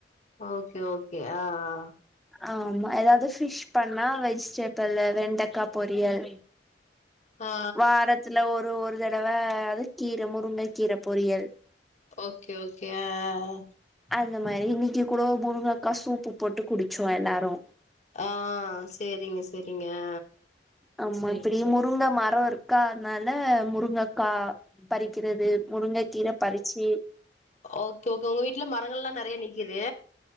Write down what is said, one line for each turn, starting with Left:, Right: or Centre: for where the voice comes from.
Left: ஓகே ஓகே ஆ ஆ
Centre: ஆமா ஏதாவது பிஷ் பண்ணா வெஜிடேபிள் வெண்டக்கா பொரியல்
Left: ஆ ஆ
Centre: வாரத்துல ஒரு ஒரு தடவ அது கீர முருங்க கீர பொரியல்
Left: ஓகே ஓகே ஆ ஆ ஆ
Centre: அந்த மாரி இன்னிக்கு கூட முருங்காக்கா சூப்பு போட்டு குடிச்சோ எல்லாரு
Left: ஆ சேரிங்க சேரிங்க அ
Centre: ஆமா இப்பிடி முருங்க மரோ இருக்கா அதுனால முருங்கக்கா பறிக்கிறது முருங்ககீர பறிச்சு
Left: ஓகே ஓகே உங்க வீட்ல மரங்கள்ளா நெறையா நிக்குது